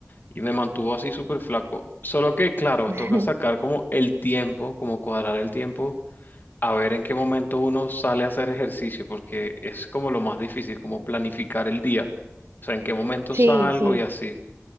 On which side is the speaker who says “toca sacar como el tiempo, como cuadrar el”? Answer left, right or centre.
Left